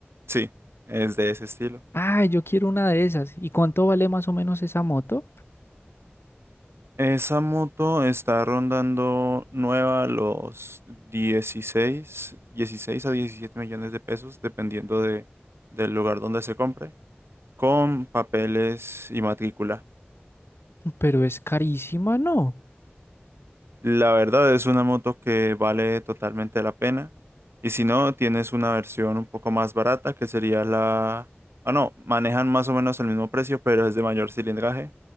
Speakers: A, on the right; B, on the left.
A: Sí, es de ese estilo.
B: Ah, yo quiero una de esas. ¿Y cuánto vale más o menos esa moto?
A: Esa moto está rondando nueva los dieciséis dieciséis a 17 millones de pesos, dependiendo de, del lugar donde se compre, con papeles y matrícula.
B: Pero es carísima, ¿no?
A: La verdad es una moto que vale totalmente la pena. Y si no, tienes una versión un poco más barata, que sería la... Ah, no, manejan más o menos el mismo precio, pero es de mayor cilindraje,